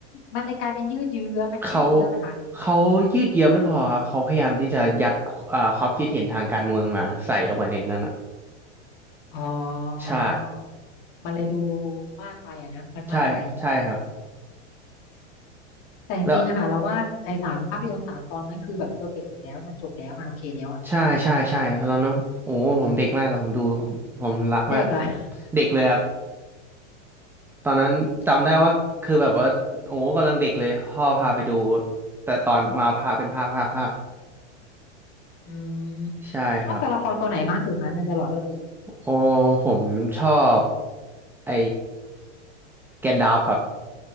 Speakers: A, on the left; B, in the centre.
A: มันเลยกลายเป็นยืดเยื้อไหมยืดเยื้อไหมคะ
B: เขาเขายืดเยื้อไม่พอครับเขาพยายามที่จะยัดอ่าความคิดเห็นทางการเมืองมาใส่ออกไปในนั้นอ่ะ
A: อ๋อ
B: ใช่
A: มันเลยดูมากไปอะนะมันมากไป
B: ใช่ใช่ครับ
A: แต่จริงๆอะค่ะเราว่าไอ้สามภาพยนตร์สามตอนนั้นคือแบบเพอร์เฟกต์สุดแล้วมันจบแล้วมันโอเคแล้วอะ
B: แล้วใช่ใช่ ใช่เพราะตอนนั้นโอ้ผมเด็กมากครับผมดู ผมผมรักมาก
A: เด็กอะ <laughs>
B: เด็กเลยครับ ตอนนั้นจำได้ว่าคือแบบว่าโอ้กำลังเด็กเลยพ่อพาไปดูแต่ตอนมาพาเป็นภาคภาคภาค
A: อืม
B: ใช่ครับ
A: ชอบตัวละครตัวไหนมากสุดคะในตดอะลอร์ดเร
B: โอ้ผมชอบไอแกนดาฟครับ